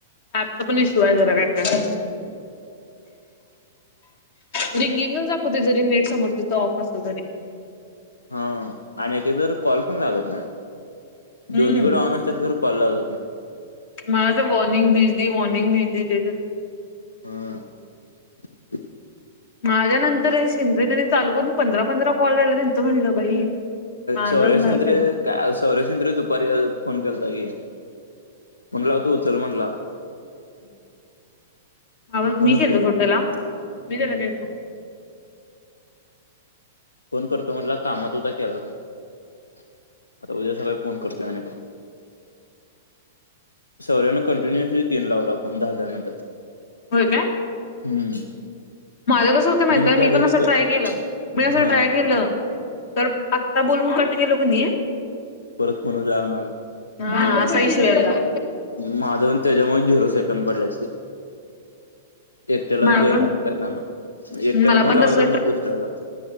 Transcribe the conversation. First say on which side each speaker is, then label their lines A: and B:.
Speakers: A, on the left; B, on the left.
A: काचा पण इश्यू आहे जरा काचा <inaudible> रिंगिंगच दाखवते जरी नेट समोर त्याच ऑफ असेल तरी
B: हा आणि एकेदर कॉल पण लागत ना
A: हम्म
B: दोन्हीकडे ऑन असतात खर कॉल लावतात ना
A: माझ तर वॉर्निंग बिझी वॉर्निंग बिझी तेेच येते
B: हा
A: माझ्या नंतर हे शिंदे त्यांनी चालू करून पंधरा पंधरा कॉल झाला त्यांचं म्हणलं बाई माझा
B: सौरय सिंद्रीय
A: ना झाला
B: का सौरय संद्री दुपारी फोन केलता गी म्हणला हो तो उचल म्हणला
A: हम् हम ह ह
B: आणि फोनच
A: मी खेळतो
B: केला
A: छोटं
B: नाही.
A: त्याला मी त्याला
B: हं
A: खेळतो
B: फोन करतो म्हटलं कामात उद्या केलाच नाही आता उद्या सकाळी फोन करतोय आणि बघ सौर्यान कंटिन्युअसली तीन लावला फोन दहा दहा मिनिटात
A: होय काय
B: हम्म
A: माझं कसं होतं माहित
B: म्हणून
A: आहे
B: झालं
A: मी पण
B: की
A: असं
B: क-
A: ट्राय केलं मी असं
B: हा
A: ट्राय केलं तर आत्ता बोलून कट गेलो कणी
B: परत कोन जाणार
A: हा
B: अ
A: असा इशू यायला
B: माझं पण त्याच्यामुळे झिरो सेकंड पडल्या एअरटेलच
A: मला
B: एरटेल
A: पण मला
B: पण लावायचं
A: तस
B: मग दुसऱ्याला